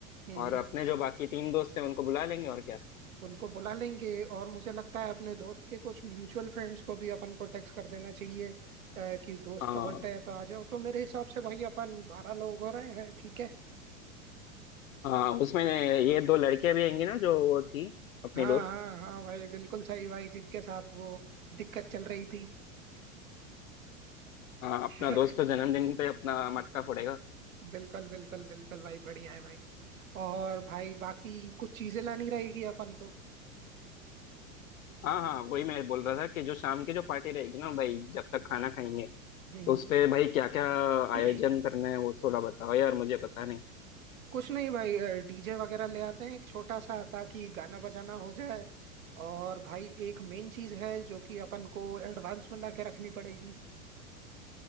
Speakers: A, on the right; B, on the left.
A: हम्म
B: और
A: हम्म।
B: अपने जो बाकी तीन दोस्त हैं उनको बुला लेंगे और क्या
A: उनको बुला लेंगे और मुझे लगता है अपने दोस्त के कुछ म्यूचुअल फ्रेंड्स को भी अपन को टेक्स्ट कर देना चाहिए अ, कि दोस्त
B: हाँ
A: का बर्थडे है तो आ जाओ तो मेरे हिसाब से भाई अपन बारह लोग हो रहे हैं ठीक है
B: हाँ उसमें ये दो लड़कियां भी आएंगी ना जो वो थी अपनी
A: हाँ
B: दोस्त
A: हाँ हाँ भाई बिल्कुल सही भाई जिनके साथ वो दिक्कत चल रही थी
B: हाँ अपना
A: <laughs>
B: दोस्त तो जन्मदिन पे अपना मटका फोड़ेगा
A: बिल्कुल बिल्कुल बिल्कुल भाई बढ़िया है भाई और भाई बाकी कुछ चीजें लानी रहेगी अपन को
B: हाँ हाँ वही मैं बोल रहा था कि जो शाम की जो पार्टी रहेगी ना भाई जब तक खाना खाएंगे
A: हम्म
B: तो उसपे भाई क्या क्या
A: <clears throat>
B: आयोजन करना है वो थोड़ा बताओ यार मुझे पता नहीं
A: कुछ नहीं भाई डीजे वगैरह ले आते हैं एक छोटा सा ताकि गाना बजाना हो जाए और भाई एक मेन चीज है जो कि अपन को एडवांस में ला के रखनी पड़ेगी